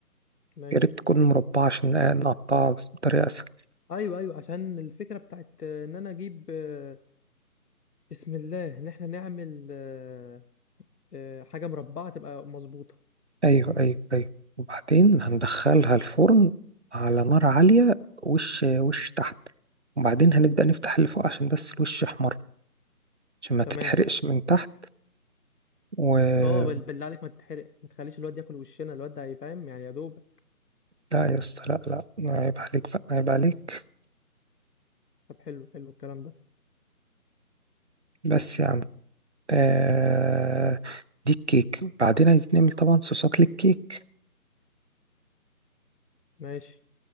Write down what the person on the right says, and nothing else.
يا ريت تكون مربعة عشان نقطعها بس بطريقة أسهل
أيوه أيوه أيوه وبعدين هندخلها الفرن على نار عالية وش وش تحت وبعدين هنبدأ نفتح اللي فوق عشان بس الوش يحمر عشان ما
تتحرقش من تحت و
لا يا اسطى لا لا عيب عليك بقى عيب عليك
بس يا عم آه... دي الكيك وبعدين عايزين نعمل طبعا صوصات للكيك